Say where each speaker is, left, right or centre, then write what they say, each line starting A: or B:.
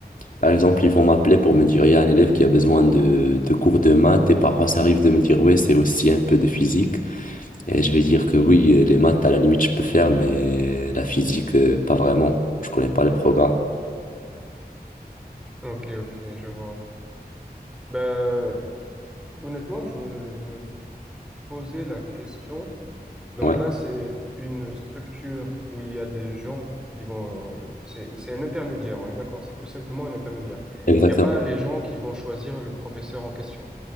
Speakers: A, on the left (about 55°); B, in the centre.
A: Par exemple, ils vont m'appeler pour me dire, il y a un élève qui a besoin de, de cours de maths. Et parfois, ça arrive de me dire, ouais, c'est aussi un peu de physique. Et je vais dire que oui, les maths, à la limite, je peux faire, mais la physique, euh, pas vraiment. Je connais pas le programme.
B: Ok, ok, je vois. Ben, honnêtement, je me, je me posais la question. Donc
A: Ouais,
B: là, c'est une structure où il y a des gens qui vont... euh, C'est, c'est un intermédiaire, on est d'accord, c'est tout simplement un intermédiaire.
A: exactement.
B: Il n'y a pas les gens qui vont choisir le professeur en question.